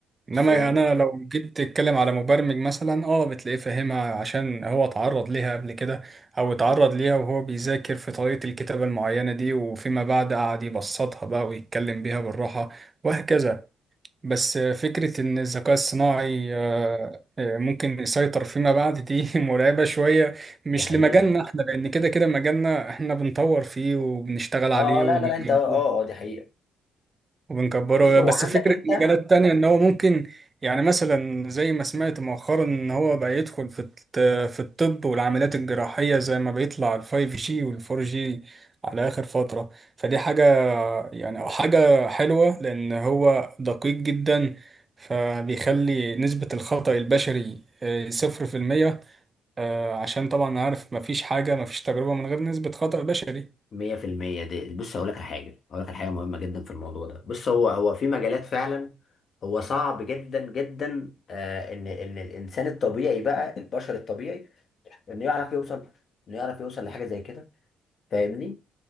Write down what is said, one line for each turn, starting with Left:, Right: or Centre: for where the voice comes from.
Right: انما
Left: الصوان
Right: انا لو جيت تتكلم على مبرمج مثلا اه بتلاقيه فاهمها عشان هو اتعرض ليها قبل كده او اتعرض ليها وهو بيذاكر في طريقة الكتابة المعينة دي وفيما بعد قعد يبسطها بقى ويتكلم بيها بالراحة وهكذا بس فكرة إن الذكاء الصناعي آه، آه، ممكن يسيطر فيما بعد دي <laughs> مرعبة شوية مش
Left: ده حقيقة
Right: لمجالنا إحنا لأن كده كده مجالنا إحنا بنطور فيه وبنشتغل عليه
Left: اه آه،
Right: وبنك-
Left: لا لا لا انت اه اه آه، دي حقيقة
Right: وبنكبره
Left: بص هو
Right: بس
Left: عندك
Right: فكرة
Left: انت
Right: مجالات تانية إن هو ممكن يعني مثلا زي ما سمعت مؤخرا إن هو بقى يدخل في الط- في الطب والعمليات الجراحية زي ما بيطلع الفايف جي والفور جي على آخر فترة فدي حاجة يعني أو حاجة حلوة لأن هو دقيق جدا فبيخلي نسبة الخطأ البشري آه، صفر في المية آه، عشان طبعا عارف مفيش حاجة مفيش تجربة من غير نسبة خطأ بشري
Left: مية في المية دي بص هقول لك على حاجة هقول لك على حاجة مهمة جدا في الموضوع ده بص هو هو في مجالات فعلا هو صعب جدا جدا آه ان ان الانسان الطبيعي بقى البشر الطبيعي انه يعرف يوصل انه يعرف يوصل لحاجة زي كده فاهمني